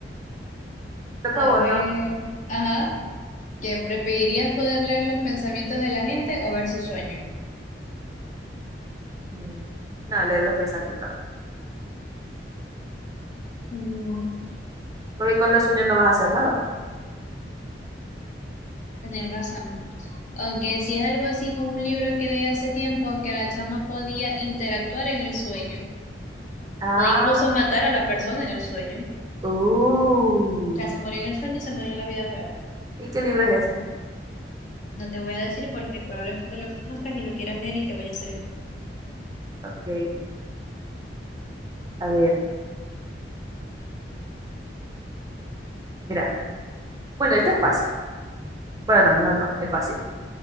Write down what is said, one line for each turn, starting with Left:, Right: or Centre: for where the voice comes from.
Left: <laughs>
Right: Te Toca
Left: A
Right: a vos,
Left: ver,
Right: ¿no?
Left: ajá, ¿que preferirías poder leer los pensamientos de la gente o ver sus sueños?
Right: Mm, No, leer los pensamientos,
Left: Mm,
Right: porque con los sueños no vas a hacer nada.
Left: tenés razón. Aunque si es algo así como un libro que leí hace tiempo, que la chama podía interactuar en el sueño.
Right: Ah.
Left: Puede incluso matar a la persona en el sueño. O
Right: Uh,
Left: sea, se murió en el sueño y se murió en la vida real.
Right: ¿y qué libro es ese?
Left: No te voy a decir porque probablemente lo conozcas y lo quieras leer y te vaya a hacer esto.
Right: Ok, a ver. Mira, bueno, esto es fácil. Bueno, no, mejor no, es fácil.